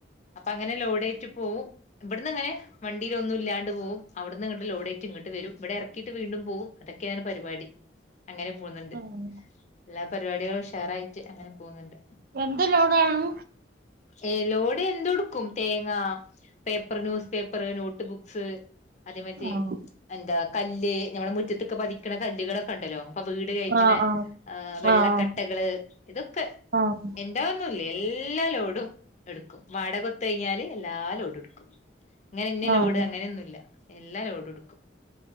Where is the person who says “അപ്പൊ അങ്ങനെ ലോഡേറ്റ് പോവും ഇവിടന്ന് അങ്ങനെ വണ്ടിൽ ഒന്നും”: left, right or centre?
Left